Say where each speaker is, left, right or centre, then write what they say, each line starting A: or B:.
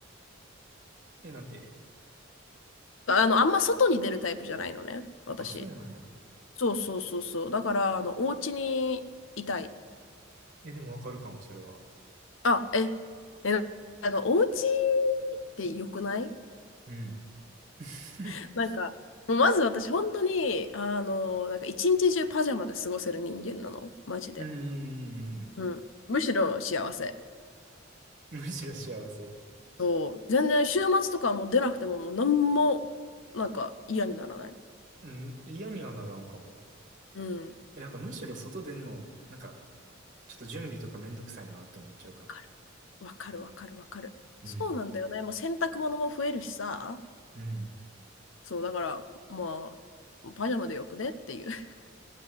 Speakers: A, on the right; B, on the left.
A: え、なんて。
B: あの、あんま外に出るタイプじゃないのね、私。
A: あ、そうなんや。
B: そうそうそうそう。だから、あの、お家にいたい。
A: え、でもわかるかも、それは。
B: あ、え、え、ななんか、お家って良くない
A: うん。<laughs>
B: <laughs> なんか、もうまず私、本当に、あの、なんか、一日中パジャマで過ごせる人間なの。マジで。
A: うんうんうん
B: うん。むしろ幸せ。
A: うん。むしろ幸せ。
B: そう、全然週末とかはもう出なくてももう何もなんか嫌にならない。
A: うん、嫌にはならんかも。
B: うん。わ
A: え、なんかむしろ外出んの、なんか、ちょっと準備とかめんどくさいなって思っちゃうかな。
B: かるわかるわかるわかる。
A: うん。
B: そうなんだよね。まあ、洗濯物も増えるしさ。
A: うん。
B: そう、だから、まあ、パジャマでよくねっていう。<laughs>